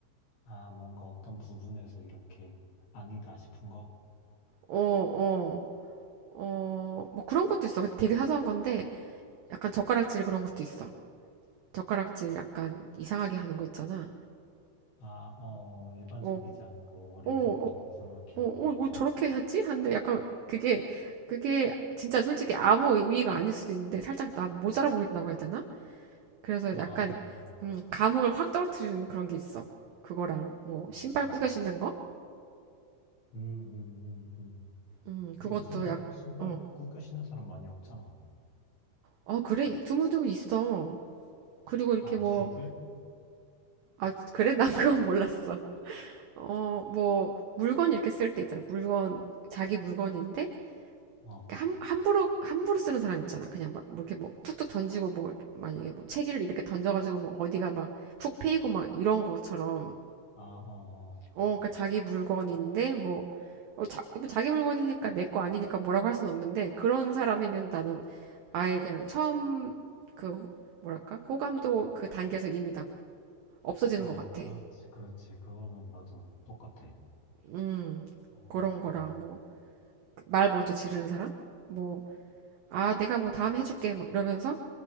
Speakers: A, on the left (about 55°); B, on the right (about 80°).
A: 아, 뭔가 어떤 부분에서 이렇게 아니다 싶은 거?
B: 어, 어, 어, 뭐 그런 것도 있어. 근데 되게 사소한 건데, 약간 젓가락질 그런 것도 있어. 젓가락질 약간 이상하게 하는 거 있잖아.
A: 아, 어, 일반적이지
B: 어,
A: 않고 어릴
B: 어, 어,
A: 때부터 이상하게
B: 어,
A: 하는,
B: 어, 뭐 저렇게 하지? 하는데 약간 그게, 그게 진짜 솔직히 아무 의미가 아닐 수도 있는데 살짝 나 모자라 보인다고 해야 되나? 그래서
A: 아,
B: 약간,
A: 어, 뭐,
B: 음, 감흥을 확 떨어뜨리는 그런 게 있어. 그거랑 뭐
A: 음,
B: 신발 꾸겨 신는 거?
A: 음, 음, 음, 음.
B: 음, 그것도
A: 근데 요즘에 뭐,
B: 약,
A: 신발
B: 어,
A: 꾸겨 신는 사람 많이 없잖아.
B: 어, 그래. 드문드문 있어. 그리고 이렇게
A: 아,
B: 뭐,
A: GD?
B: 아, 그래? 난 그건 몰랐어. 어, 뭐, 물건 이렇게 쓸 때 있잖아. 물건, 자기 물건인데
A: 어,
B: 그러니까 함, 함부로 함부로 쓰는 사람 있잖아. 그냥 막 뭐 이렇게 뭐 툭툭 던지고 뭐 만약에 뭐 책을 이렇게 던져가지고 뭐 어디가 막 푹 패이고 막 이런 것처럼
A: 아, 어. 어.
B: 어 그러니까 자기 물건인데 뭐 어, 자, 뭐 자기 물건이니까 내 거 아니니까 뭐라고 할 수는 없는데 그런 사람이면 나는 아예 그냥 처음 그 뭐랄까 호감도 그 단계에서 이미 다 없어지는
A: 아,
B: 것 같아.
A: 그렇지, 그렇지. 그거는 맞아. 똑같아.
B: 음
A: 어,
B: 그런 거랑
A: 음.
B: 뭐 말 먼저 지르는 사람 뭐 아 내가 뭐 다음에 해줄게 막 이러면서